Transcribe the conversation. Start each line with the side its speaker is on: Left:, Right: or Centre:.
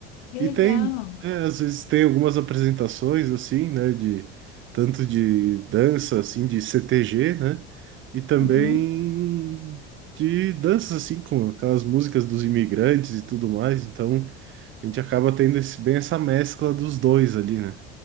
Left: Que
Right: E
Left: legal.
Right: tem, é, às vezes tem algumas apresentações assim, né, de tanto de dança assim de C T G né, e também
Left: Uhum.
Right: de danças assim com aquelas músicas dos imigrantes e tudo mais. Então a gente acaba tendo esse, bem essa mescla dos dois ali, né.